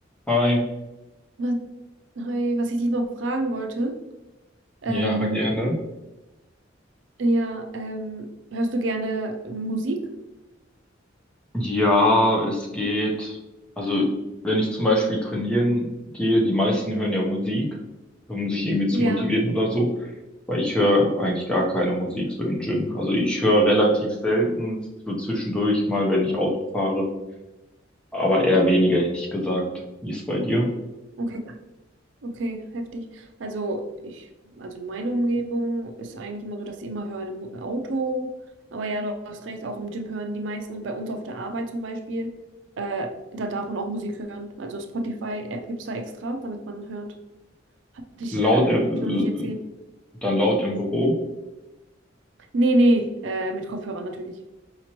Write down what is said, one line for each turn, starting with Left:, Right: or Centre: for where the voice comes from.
Centre: Hi,
Right: Was, hi, was ich dich noch fragen wollte, ähm,
Centre: ja, gerne.
Right: ja, ähm, hörst du gerne Musik?
Centre: Ja, es geht. Also, wenn ich zum Beispiel trainieren gehe, die meisten hören ja Musik, um sich irgendwie zu
Right: Ja,
Centre: motivieren oder so, weil ich höre eigentlich gar keine Musik so im Gym. Also, ich höre relativ selten, so zwischendurch mal, wenn ich Auto fahre, aber eher weniger, hätte ich gesagt. Wie ist es bei dir?
Right: okay, okay, heftig. Also ich, also meine Umgebung ist eigentlich immer so, dass ich immer höre im Auto, aber ja, du hast recht, auch im Gym hören die meisten und bei uns auf der Arbeit zum Beispiel, äh, da darf man auch Musik hören. Also Spotify-App gibt es da extra, damit man hört. Hatte Ich,
Centre: Laut,
Right: äh,
Centre: im-
Right: hab ich noch nicht erzählt.
Centre: äh, dann laut im Büro.
Right: Nee, nee, äh, mit Kopfhörern natürlich.